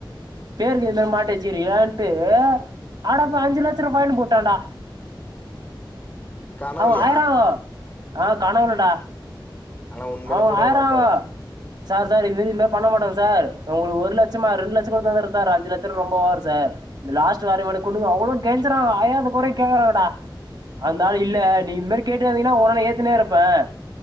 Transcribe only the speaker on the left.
கனவுல்யே
ஆனா உண்மையில
போடுவாங்கடா
பாவி